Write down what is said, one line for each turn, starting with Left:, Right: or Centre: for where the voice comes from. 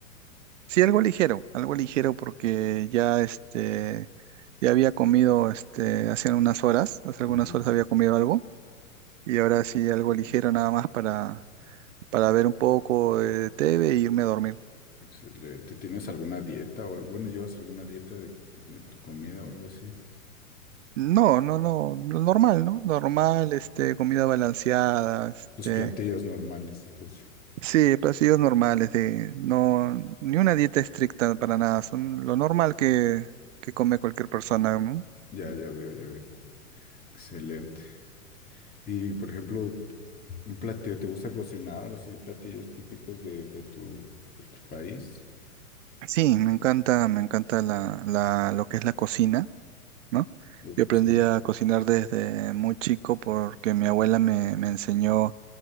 Right: Sí, algo ligero, algo ligero porque ya este, ya había comido este, hace unas horas, hace algunas
Left: Ujú,
Right: horas había comido algo Y ahora sí, algo ligero nada más para, para ver un poco de TV e irme a dormir.
Left: Excelente. ¿Tienes alguna dieta o al- bueno, llevas alguna dieta de, de tu comida o algo así?
Right: No, no, no, lo normal, ¿no? Normal, este, comida balanceada, este,
Left: Tus platillos normales, entonces.
Right: sí, platillos normales, de, no, ni una dieta estricta para nada, son lo normal que, que come cualquier persona, ¿no?
Left: Ya, ya veo, ya veo. Excelente. Y por ejemplo, un platillo, ¿te gusta cocinar? Así platillos típicos de, de tu, de tu país.
Right: Sí, me encanta, me encanta la, la, lo que es la cocina. ¿no?
Left: Oh,
Right: Yo aprendí
Left: excelente.
Right: a cocinar desde muy chico porque mi abuela me, me enseñó